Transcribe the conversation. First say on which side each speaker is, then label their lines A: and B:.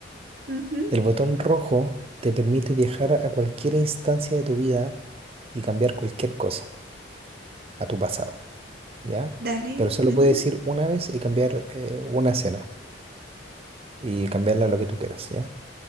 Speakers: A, on the right; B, on the right.
A: Ujú,
B: El botón rojo te permite viajar a cualquier instancia de tu vida y cambiar cualquier cosa a tu pasado, ¿ya?
A: dale.
B: Pero solo
A: ujú,
B: puedes ir una vez y cambiar eh, una escena y cambiarla a lo que tú quieras, ¿ya?